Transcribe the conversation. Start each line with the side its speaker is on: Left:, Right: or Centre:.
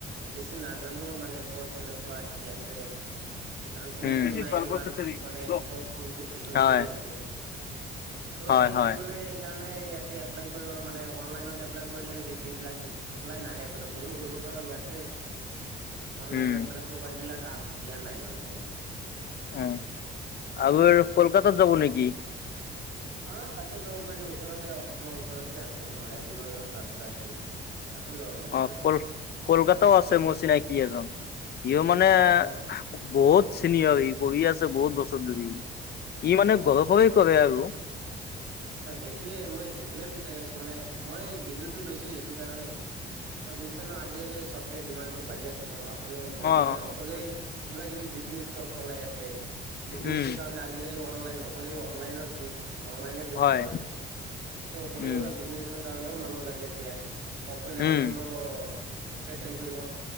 Right: বেছি নাজানো মানে ক'ত কেনেকুৱা কি আছে আৰু চিনাকিও
Left: উম
Right: নাই সিমান কনে ক'ত কোনটো ফিল্ডত
Left: হয়
Right: কৰি আছে ত
Left: হয়
Right: এই
Left: হয়
Right: মানে এই কাৰণ ইয়াতে এপ্লাই কৰিব মানে অনলাইনত এপ্লাই কৰিলে বেছি বিলাক ওলাই নাহে মানে সৰু সৰুতো ইয়াতে অনলাইনত
Left: উম
Right: মানে প্ৰফাইল বিলাক দিয়া নাই মানে এনেই
Left: উ আগৰ কলকাতাত যাব নেকি
Right: অ', তাতো যাব পাৰি ওচৰতে অসমৰ ওচৰতে আছে ন এদিনৰ ৰাস্তা এইটো তাতো যাব পাৰি
Left: অ',
Right: মানে
Left: কল কলকাতাও আছে মোৰ চিনাকী আৰু ইও মানে বহুত
Right: অ
Left: চিনিয়ৰ ই কৰি আছে বহুত বছৰ ধৰি
Right: অ
Left: ই মানে
Right: অ।
Left: গৰৰ পৰাই কৰে আৰু
Right: হেইটোৱে মই হেইটোৱে বিচাৰি আছো মানে মই ডিগ্ৰীটো লৈছো এইটো কাৰণেই ত বুজিছ ন আজিকালি চফ্টৱেৰ ডিমাডটো বাঢ়ি আছে ন আপুনি বহুত
Left: অ',
Right: মানে
Left: অ',
Right: সকলোৱেই কিবা কিবি বিজ বিজনেজখন চলাই আছে বিজিনেচৰ
Left: উম,
Right: কাৰণে আজিকালি অনলাইন সকলোৱে অনলাইনৰ যুগ লাইনে কৰি
Left: হয়,
Right: থাকে ত' সৰু
Left: উম,
Right: সুৰা বিজনেচক কাৰণেও মানুহ লাগে এতিয়া অকলে সকলো
Left: উম,
Right: চেটেল কৰিব